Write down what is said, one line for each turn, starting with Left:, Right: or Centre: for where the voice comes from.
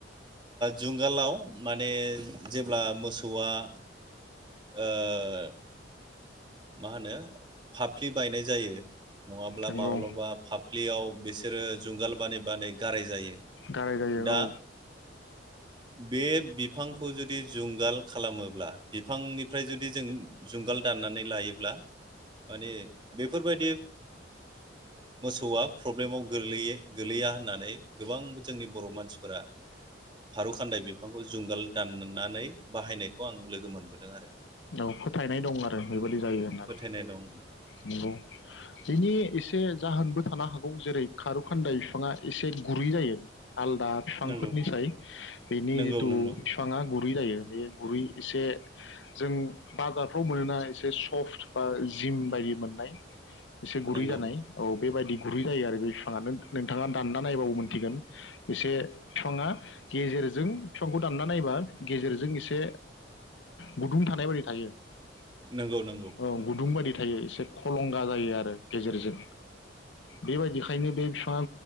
Right: जुंगालाव माने जेब्ला मोसौआ ओं। मा होनो फाफ्लि बायनाय जायो। नङाब्ला
Left: नंगौ
Right: माब्लाबा फाफ्लियाव बिसोरो जुंगाल बानै बानै गाराय जायो।
Left: गाराय जायो
Right: दा
Left: औ।
Right: बे बिफांखौ जुदि जुंगाल खालामोब्ला बिफांनिफ्राय जुदि जों जुंगाल दाननानै लायोब्ला माने बेफोरबायदि मोसौआ प्रब्लेमाव गोलैया गोलैया होननानै गोबां जोंनि बर' मानसिफोरा फारौ खान्दाय बिफांखौ जुंगाल दाननानै बाहायनायखौ आं लोगो मोनबोदों आरो।
Left: औ फोथायनाय दं आरो <inaudible> जायो होननानै
Right: फोथायनाय दं
Left: नंगौ बेनि एसे जाहोनबो थानो हागौ जेरै खारु खान्दाय बिफाङा एसे गुरै जायो आलदा बिफांफोरनिफ्राय
Right: नंगौ
Left: बेनि
Right: नंगौ
Left: जिथु
Right: नंगौ
Left: बिफाङा गुरै जायो बे गुरै एसे बाजारफ्राव मोनोना एसे सम बा जिम बायदि मोननाय एसे गुरै
Right: नंगौ
Left: जानाय औ बेबायदि गुरै जायो आरो बे बिफाङा नोंथाङा दानना नायबाबो मोनथिगोन एसे बिफाङा गेजेरजों बिफांखौ दानना नायबा गेजेरजों एसे गुदुं थानाय बायदि थायो।
Right: नंगौ नंगौ
Left: औ गुदुं बायदि थायो एसे हलंगा जायो आरो गेजेरजों बेबायदिखायनो बे बिफाङा